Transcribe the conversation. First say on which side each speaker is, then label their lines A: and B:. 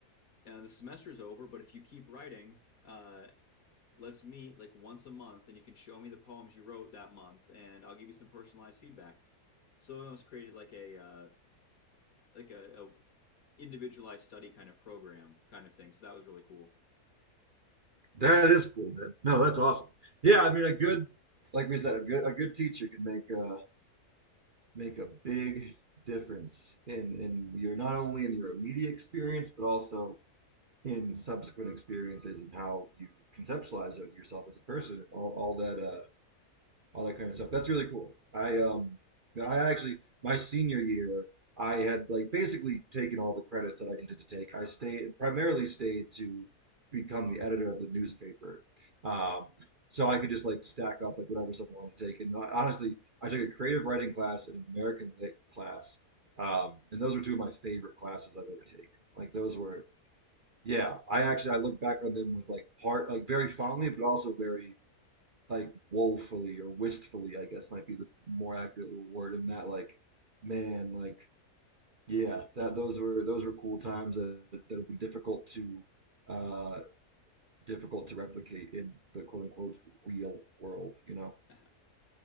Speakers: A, on the left; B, on the right.
A: uh, the semester's over, but if you keep writing, uh, let's meet like once a month, and you can show me the poems you wrote that month, and I'll give you some personalized feedback." So it almost created like a uh, like a, a individualized study kind of program kind of thing. So that was really cool.
B: That is cool, man. No, that's awesome. Yeah, I mean, a good, like we said, a good a good teacher can make a make a big difference in in your not only in your immediate experience, but also in subsequent experiences and how you conceptualize yourself as a person and all all that uh, all that kind of stuff. That's really cool. I um I actually my senior year I had like basically taken all the credits that I needed to take. I stayed primarily stayed to become the editor of the newspaper. Um, so I could just like stack up like whatever stuff I wanted to take. And I- honestly, I took a creative writing class and an American lit class. Um, and those were two of my favorite classes I've ever taken. Like those were, yeah, I actually I look back on them with like part like very fondly, but also very like woefully or wistfully, I guess might be the more accurate word in that like, man, like yeah, that those were those were cool times that that have been difficult to uh difficult to replicate in the quote unquote real world, you know?
A: <laughs>